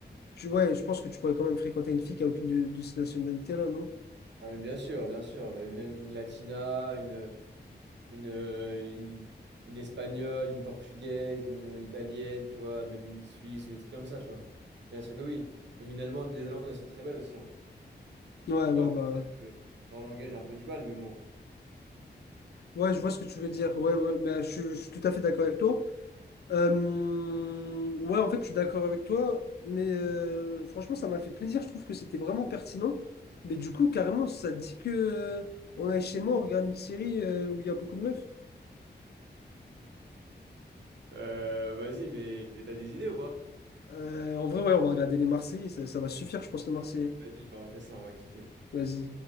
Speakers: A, on the left (about 65°); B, on the right (about 85°).
A: Tu- ouais, je pense que tu pourrais quand même fréquenter une fille qui a aucune de, de ces nationalités-là, non?
B: Ah, mais bien sûr, bien sûr. mais Même une latina, une, une, euh, une, une espagnole, une portugaise, une italienne, tu vois, même une suisse ou des trucs comme ça, tu vois. Bien sûr que oui. Même une allemande, les allemandes, elles sont très belles aussi, hein.
A: Ouais,
B: Je leur...
A: ouais, bah.
B: euh, Leur langage, j'ai un peu du mal, mais bon.
A: Ouais, je vois ce que tu veux dire. Ouais, ouais, bah, je, suis je suis tout à fait d'accord avec toi. Euh, ouais, en fait, je suis d'accord avec toi, mais euh, franchement, ça m'a fait plaisir. Je trouve que c'était vraiment pertinent. Mais du coup, carrément, ça dit que euh, on aille chez moi, on regarde une série euh, où il y a beaucoup de meufs.
B: Euh, vas-y, mais t'as des idées ou pas?
A: Euh, en vrai, ouais, on va regarder les Marseillais. Ça, ça va suffire, je pense, les Marseillais.
B: Vas-y, bah, on fait ça, on va kiffer.
A: Vas-y.